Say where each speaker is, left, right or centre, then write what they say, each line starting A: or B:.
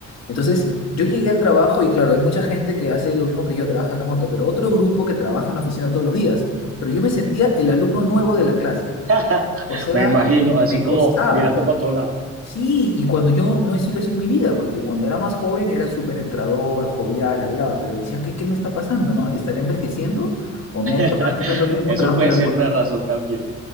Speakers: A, on the left (about 60°); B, on the right (about 50°).
A: Entonces, yo llegué al trabajo y claro, hay mucha gente que hace lo mismo que yo, trabaja remoto, pero otro grupo que trabaja en la oficina todos los días. Pero yo me sentía el alumno nuevo de la clase.
B: <laughs>
A: O sea,
B: Me imagino,
A: me
B: así
A: me
B: como
A: costaba.
B: mirando para todo lado.
A: Sí, y cuando yo no he sido así en mi vida, porque cuando era más joven era súper entrador, jovial, hablaba, pero decía, ¿qué, qué me está pasando, no? ¿Estaré envejeciendo o me
B: <laughs>
A: ha hecho tanto, tanto tiempo
B: Eso
A: un trabajo
B: puede
A: remoto?
B: ser una razón también.